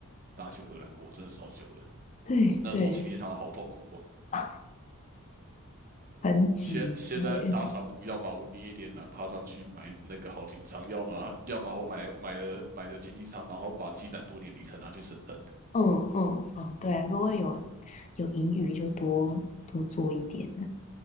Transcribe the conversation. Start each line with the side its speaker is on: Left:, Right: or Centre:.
Right: 搭去荷兰过，真的超久了。
Left: 对对，
Right: 那坐经济舱好痛苦哦。
Left: 啊，很挤，
Right: 现现在搭长途，
Left: 然后一直
Right: 要么我捏一点懒趴上去买那个好经济舱，要么要么我买买了买了经济舱，然后把积攒多年里程拿去升等。
Left: 嗯嗯哦，对，如果有有盈余就多多做一点呢。